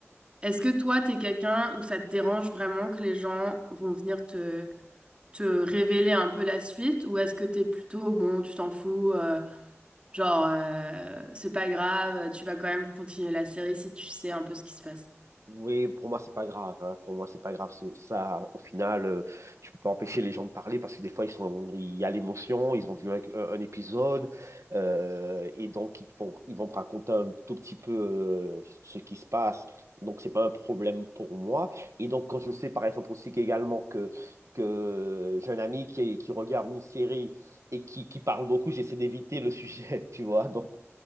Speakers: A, on the right; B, on the right.
A: Est-ce que toi, t'es quelqu'un où ça te dérange vraiment que les gens vont venir te, te révéler un peu la suite, ou est-ce que t'es plutôt, bon, tu t'en fous, euh, genre, euh, c'est pas grave, tu vas quand même continuer la série si tu sais un peu ce qui se passe?
B: Oui, pour moi, c'est pas grave. hein. Pour moi, c'est pas grave. Ce- Ça, au final, euh, tu peux pas empêcher les gens de parler parce que des fois, ils sont, il y a l'émotion, ils ont vu un, un épisode euh, et donc ils vont, ils vont me raconter un tout petit peu euh, ce qui se passe. Donc, c'est pas un problème pour moi. Et donc, quand je sais, par exemple, aussi qu'également que, que j'ai un ami qui, qui regarde une série et qui, qui parle beaucoup, j'essaie d'éviter le sujet, <laughs> tu vois. Donc,